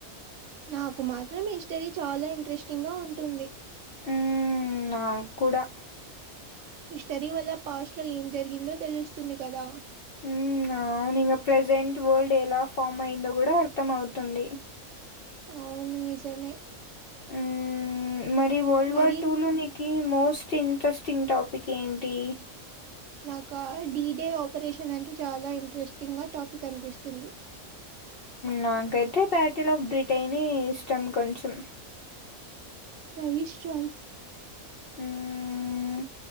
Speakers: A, on the right; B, on the left.
A: నాకు మాత్రం హిస్టరీ చాలా ఇంట్రెస్టింగ్గా ఉంటుంది
B: ఉ నాకూడా
A: హిస్టరీ వల్ల పాస్ట్లో ఏం జరిగిందో తెలుస్తుంది కదా
B: హ్మ్ ఆ ప్రజెంట్ వరల్డ్ ఎలా ఫామ్ అయిందో కూడా అర్థంమవుతుంది
A: అవును నిజమే
B: ఆ మరి వరల్డ్
A: మరి
B: వార్ టూలోనికి మోస్ట్ ఇంట్రెస్టింగ్ టాపిక్ ఏంటి
A: నాకా డిడే ఆపరేషన్ అంటే చాలా ఇంట్రెస్టింగ్ గా టాపిక్ అనిపిస్తుంది
B: నాకైతే బ్యాటిల్ ఆఫ్ బ్రిటెనే ఇష్టం కొంచెం
A: సైస్ చయిస్
B: హ